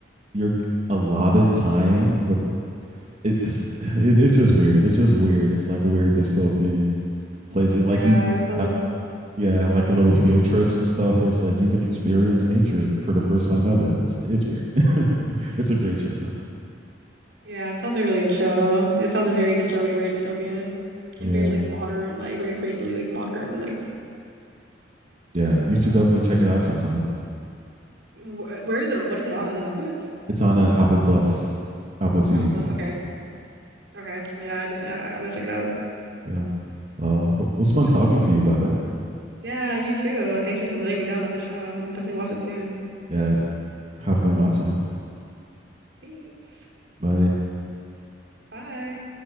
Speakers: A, on the right; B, on the right.
A: you're allotted time with it's it, it's just weird. It's just weird. It's like a weird dystopian place. It's
B: yeah.
A: like you,
B: it Sounds.
A: uh, yeah, like a little
B: Mm-hmm.
A: field trips and stuff where it's like you can experience nature for the first time ever. It's it's weird. <laughs> it's a great show though.
B: Yeah, it sounds like a really good show. It sounds very disturbing, very dystopian, and
A: Yeah,
B: very like modern, like very crazily like modern. Like
A: yeah. You
B: yeah,
A: should definitely check it out sometime.
B: Wh where is it? What is it on? Is it Netflix?
A: It's on uh, Apple Plus, Apple TV
B: Oh,
A: Plus.
B: the- okay. Okay. Yeah, I definitely, I, I'm gonna check it out.
A: Yeah. Well, it was fun
B: But
A: talking to you about it.
B: yeah, you too. Thanks for letting me know about the show. I'm gonna definitely watch it soon.
A: Yeah. Have fun watching it.
B: Thanks.
A: Bye.
B: Bye.